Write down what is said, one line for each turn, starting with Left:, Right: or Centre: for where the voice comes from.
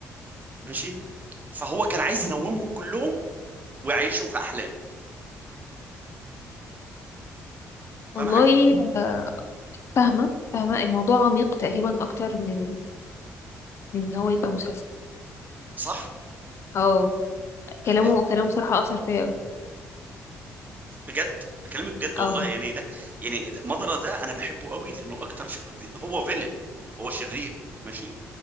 Right: ماشي فهو كان عايز ينومهم كلهم ويعيشهم في احلام فاهم
Left: والله
Right: حاجه
Left: آه، فاهمة فاهمة الموضوع عميق تقريبا أكتر من من إن هو يبقى مسلسل
Right: صح
Left: اه كلامه
Right: آه،
Left: كلامه بصراحة أثر فيا أوي
Right: بجد بكلمك بجد
Left: اه
Right: والله يعني ده يعني ده- مضرة ده انا بحبه قوي لانه اكتر شخ... هو فيلن هو شرير ماشي